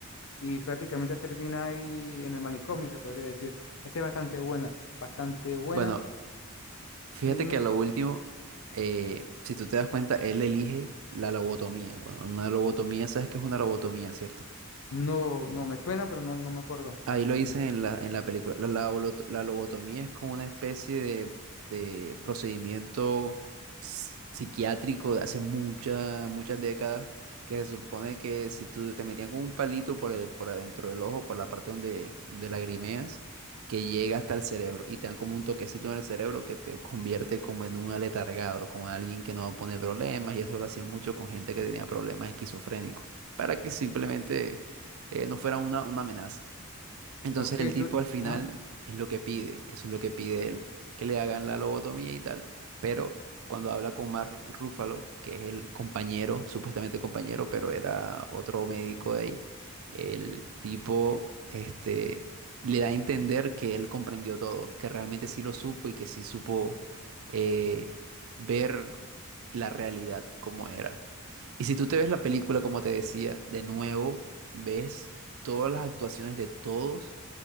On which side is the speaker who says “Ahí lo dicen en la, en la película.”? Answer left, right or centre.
Right